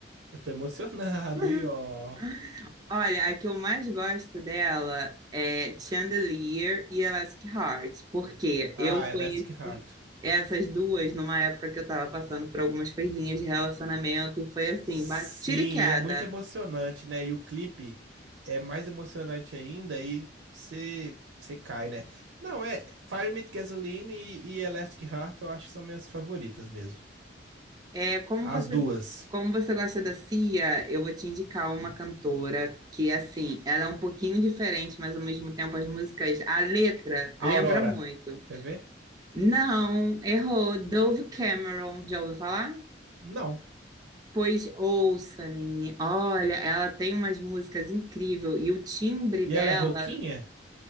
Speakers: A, on the right; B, on the right.
A: Eu tô emocionado,
B: <laughs>
A: hein, ó.
B: Olha, a que eu mais gosto dela é Chandelier e Elastic Heart, porque
A: Ah,
B: eu conheci
A: Elastic Heart.
B: essas duas numa época que eu tava passando por algumas coisinhas de relacionamento e foi assim,
A: Sim,
B: ba- tiro e queda.
A: é muito emocionante, né? E o clipe é mais emocionante ainda e você você cai, né? Não, é Fire Me With Gasoline e, e Elastic Heart eu acho que são minhas favoritas mesmo.
B: É, como
A: As
B: você,
A: duas.
B: como você gosta da Cia, eu vou te indicar uma cantora que, assim, ela é um pouquinho diferente, mas ao mesmo tempo as músicas, a letra
A: Aurora.
B: lembra muito.
A: Quer ver?
B: Não, errou. Dove Cameron, já ouviu falar?
A: Não.
B: Pois ouça, menina. Olha, ela tem umas músicas incríveis e o timbre
A: E
B: dela,
A: ela é roquinha?